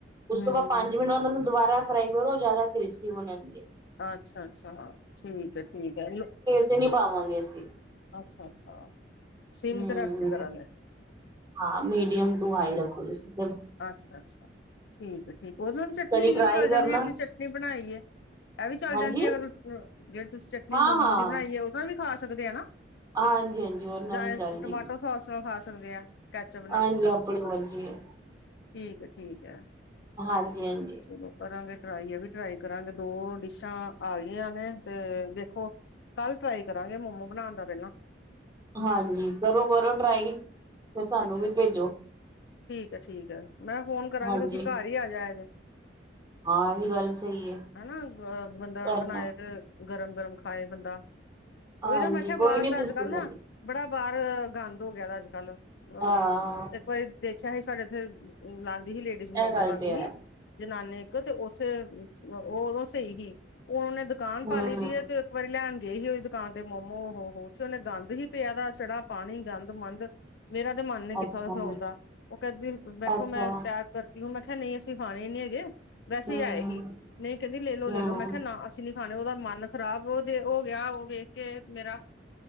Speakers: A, on the right; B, on the left.
A: ਉਸ
B: ਹੂੰ,
A: ਤੋਂ ਬਾਅਦ ਪੰਜ ਮਿੰਟ ਬਾਅਦ ਉਹਨੂੰ ਦੁਬਾਰਾ ਫਰਾਈ ਕਰੋ ਜ਼ਿਆਦਾ ਕ੍ਰਿਸਪੀ ਬਣਨਗੇ।
B: ਅੱਛਾ-ਅੱਛਾ, ਠੀਕ ਐ, ਠੀਕ ਐ।
A: ਚਨੀ ਪਾਵਾਂਗੇ ਅਸੀਂ।
B: ਅੱਛਾ-ਅੱਛਾ। ਸਿਮ
A: ਹੂੰ,
B: ਤੇ ਰੱਖ ਕੇ ਕਰਾਂਗੇ,
A: ਹਾਂ ਮੀਡੀਅਮ ਟੂ ਹਾਈ ਰੱਖੋ ਤੁਸੀ।
B: ਅੱਛਾ-ਅੱਛਾ, ਠੀਕ ਐ ਠੀਕ ਉਹਦੇ ਨਾਲ ਵੀ ਚਟਨੀ
A: ਕਦੀ ਟਰਾਈ
B: ਏਓ ਚੱਲ
A: ਕਰਨਾ
B: ਜਾਂਦੀ ਜਿਹੜੀ ਤੁਸੀਂ ਚਟਨੀ ਬਣਾਈ। ਇਹ ਵੀ ਚੱਲ
A: ਹਾਂਜੀ
B: ਜਾਂਦੀ ਐ ਅਗਰ ਜਿਹੜੀ ਤੁਸੀਂ ਚਟਨੀ
A: ਹਾਂ-ਹਾਂ
B: ਮੋਮੋ ਦੀ ਬਣਾਈ ਏ, ਉਹੋਂ ਵੀ ਖਾ ਸਕਦੇ ਆ ਨਾ।
A: ਹਾਂਜੀ-ਹਾਂਜੀ ਉਹਨਾਂ
B: ਜਾਂ
A: ਵੀ ਚੱਲ
B: ਟਮਾਟੋ
A: ਜਾਏਗੀ
B: ਸੋਸ ਨਾਲ ਖਾ ਸਕਦੇ ਆ। ਕੈਚਅਪ
A: ਹਾਂਜੀ,
B: ਨਾਲ
A: ਆਪਣੇ ਮੰਜੀ ਐ।
B: ਠੀਕ ਐ, ਠੀਕ ਐ
A: ਹਾਂਜੀ-ਹਾਂਜੀ
B: ਚਲੋ ਕਰਾਂਗੇ ਟਰਾਈ ਵੀ ਟਰਾਈ ਕਰਾਂਗੇ, ਦੋ ਡਿਸ਼ਾਂ ਆ ਗਈਆਂ ਨੇ ਤੇ ਦੇਖੋ। ਕੱਲ ਟਰਾਈ ਕਰਾਂਗੇ ਮੋਮੋ ਬਣਾਣ ਦਾ ਪਹਿਲਾਂ
A: ਹਾਂਜੀ, ਕਰੋ-ਕਰੋ ਟਰਾਈ ਫੇਰ ਸਾਨੂੰ
B: ਅੱਛਾ
A: ਵੀ
B: ਅੱਛਾ
A: ਭੇਜੋ।
B: ਠੀਕ ਹੈ ਠੀਕ ਮੈਂ ਫੋਨ ਕਰਾਂਗੀ,
A: ਹਾਂਜੀ,
B: ਤੁਸੀਂ ਘਰ ਹੀ ਆ ਜਾਇਜੇ।
A: ਹਾਂ ਇਹ ਵੀ ਗੱਲ ਸਹੀ ਹੈ
B: ਹੈਨਾ ਅ ਬੰਦਾ
A: ਕਰਨਾ
B: ਬਣਾਏ ਤੇ ਗਰਮ-ਗਰਮ ਖਾਏ ਬੰਦਾ। ਉਹੀ
A: ਹਾਂਜੀ
B: ਨਾ ਮੈਂ ਕਿਆ ਬਾਹਰ
A: ਕੋਈ ਨੀ
B: ਦਾ
A: ਤੁਸੀਂ
B: ਅੱਜ-ਕੱਲ੍ਹ ਨਾ
A: ਗੱਲ
B: ਬੜਾ ਬਾਹਰ ਗੰਦ ਹੋ ਗਿਆ ਦਾ ਅੱਜ-ਕੱਲ, ਅਹ
A: ਹਾਂ
B: ਇੱਕ ਵਾਰੀ ਦੇਖਿਆ ਸੀ ਸਾਡੇ ਇੱਥੇ ਲਾਦੀ ਸੀ, ਲੇਡੀਜ਼ ਮੋਮੋ
A: ਇਹ ਗੱਲ
B: ਲਾਦੀ
A: ਤੇ ਹੈ
B: ਸੀ। ਜਨਾਨੀ ਇੱਕ ਤੇ ਉੱਥੇ ਉਹ ਉਦੋਂ ਸਹੀ ਸੀ, ਹੁਣ ਉਹਨੇ ਦੁਕਾਨ ਪਾਲੀ
A: ਹੂੰ
B: ਦੀ ਏ ਤੇ ਇੱਕ ਵਾਰੀ ਲੈਣ ਗਏ ਹੀ ਉਹਈ ਦੁਕਾਨ ਤੇ ਮੋਮੋ, ਓ ਹੋ ਉੱਥੇ ਉਹਨੇ ਗੰਦ ਹੀ ਪਿਆ ਦਾ ਛੜਾ ਪਾਣੀ ਗੰਦ ਮੰੰਦ, ਮੇਰਾ ਤੇ ਮਨ ਨੀ ਕਿੱਥਾ
A: ਅੱਛਾ
B: ਉਥੇ ਖਲੋਣ ਦਾ, ਉਹ ਕਹਿੰਦੀ ਬੈਠੋ
A: ਅੱਛਾ
B: ਮੈਂ ਪੈਕ ਕਰਤੀ ਹੂੰ, ਮੈਂ ਕਿਹਾ ਨਹੀਂ, ਅਸੀਂ ਖਾਣੇ ਨੀ ਹੈਗੇ। ਵੈਸੇ
A: ਹੂੰ
B: ਹੀ ਆਏ ਹੀ, ਨਹੀਂ ਕਹਿੰਦੀ ਲੈ ਲੋ-ਲੈ
A: ਹੂੰ
B: ਲੋ, ਮੈਂ ਕਿਹਾ ਨਾ ਅਸੀਂ ਨੀ। ਣੇ ਉਹਦਾ ਮਨ ਖ਼ਰਾਬ, ਉਹਦੇ ਹੋ ਗਿਆ, ਉਹ ਵੇਖ ਕੇ ਮੇਰਾ